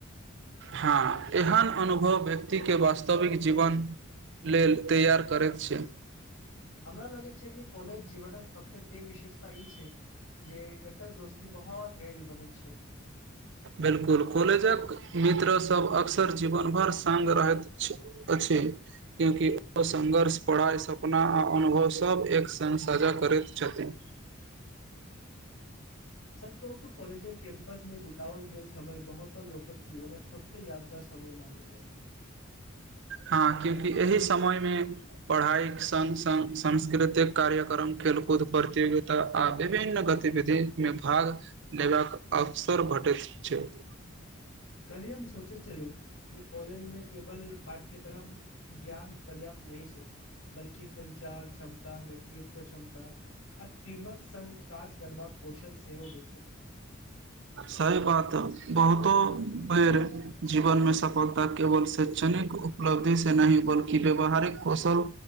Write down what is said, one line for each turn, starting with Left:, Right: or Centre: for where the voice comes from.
Right: हँ एहन अनुभव व्यक्तिके वास्तविक जीवन लेल तैयार करैत छै
Left: हमरा लगैत छै जे कॉलेज जीवनक सबस पैघ विशेषता ई छै जे एतय दोस्ती बहुत गहरी बनैत छै
Right: बिलकुल कॉलेजक मित्र सब अक्सर जीवन भर संग रहैत अछि क्यूकि ओ संघर्ष पड़ा सपना आ अनुभव सभ एक संग साझा करैत छथिन <unintelligible>
Left: सच कहु त कॉलेज कैंपस में बिताओल गेल समय बहुतो लोकक जीवने सबसे यादगार समय मानल जाय छै
Right: हँ क्यूंकि एहि समय मे पढ़ाई के संग संग सांस्कृतिक कार्यक्रम खेलकूद प्रतियोगिता आ विभिन्न गतिविधि में भाग लेबाक अवसर भ <unintelligible>
Left: कली हम सोचैत छलजे कॉलेजमे केवल पाठ्यक्रम ज्ञान पर्याप्त नहि छै बल्कि संचार क्षमता नेतृत्व क्षमता आटीमक स काज करबाका कौशल सेहो भी
Right: सही बात बहुतो बेर जीवन मे सफल केवल शैक्षणिक उपलब्धि से नहि बल्कि व्यवहारिक कौशल